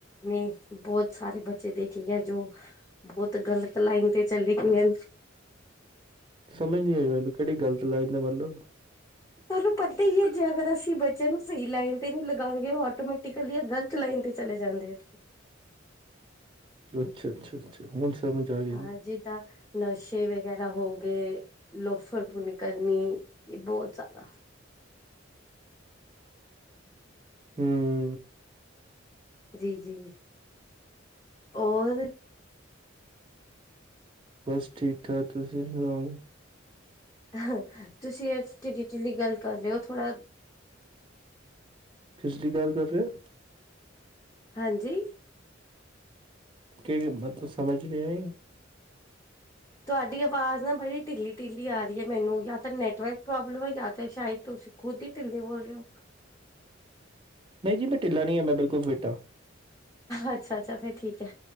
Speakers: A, on the left; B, on the right.
A: ਨੇ ਬੋਤ ਸਾਰੇ ਬੱਚੇ ਦੇਖਦੀ ਆਂ, ਜੋ ਬੋਤ ਗ਼ਲਤ ਲਾਈਨ ਤੇ ਚਲੇ ਗਏ।
B: ਸਮਝ ਨੀ ਆਈ ਮੈਨੂੰ ਕੇੜੀ ਗਲਤ ਲਾਈਨ ਐ ਮਤਲਬ।
A: ਤਾਨੂੰ ਪਤਾ ਈ ਐ ਜੇ ਅਗਰ ਅਸੀਂ ਬੱਚੇਆਂ ਨੂੰ ਸਈ ਲਾਈਨ ਤੇ ਨੀ ਲਗਾਵਾਂਗੇ ਓ ਆਟੋਮੈਟਿਕਲੀ ਅ ਗਲ ਗ਼ਲਤ ਲਾਈਨ ਤੇ ਚਲੇ ਜਾਂਦੇ ਐ।
B: ਅੱਛਾ-ਅੱਛਾ-ਅੱਛਾ ਹੁਨ ਸਮਝ ਆਗੀ।
A: ਹਾਂ ਜਿੱਦਾਂ ਨਸ਼ੇ ਵਗੈਰਾ ਹੋਗੇ, ਲੋਫਰਪੁਨੀ ਕਰਨੀ ਏ ਬਹੁ ਜ਼ਾਦਾ
B: ਹੂੰ।
A: ਜੀ-ਜੀ ਓਰ
B: ਬਸ ਠੀਕ-ਠਾਕ ਤੁਸੀਂ ਸਨਾਓ।
A: ਅਹੰ ਤੁਸੀਂ ਐਸਟੀਡੀਟੀ ਦੀ ਗੱਲ ਕਰ ਰਏ ਓਂ ਥੋੜਾ
B: ਕਿਸਦੀ ਗੱਲ ਕਰ ਰਏ ਓਂ।
A: ਹਾਂਜੀ।
B: ਕਏਗੀ ਬਾਦ ਚ ਸਮਝ ਨੀ ਆਈ।
A: ਤੁਆਡੀ ਆਵਾਜ਼ ਨਾ ਬੜੀ ਢਿੱਲੀ-ਢਿੱਲੀ ਆ ਰਈ ਐ ਮੈਨੂੰ ਜਾਂ ਤਾਂ ਨੈਟਵਰਕ ਪ੍ਰੋਬਲਮ ਐ ਜਾਂ ਤਾਂ ਸ਼ੈਦ ਤੁਸੀਂ ਖੁਦ ਹੀ ਢਿਲੇ ਬੋਲ ਰਹੇ ਹੋ
B: ਨਹੀਂ ਜੀ ਮੈਂ ਢਿਲਾ ਨਹੀਂ ਹਾਂ, ਮੈਂ ਬਿਲਕੁਲ ਫਿਟ ਆ।
A: ਅੱਛਾ ਅੱਛਾ ਫਿਰ ਠੀਕ ਹ,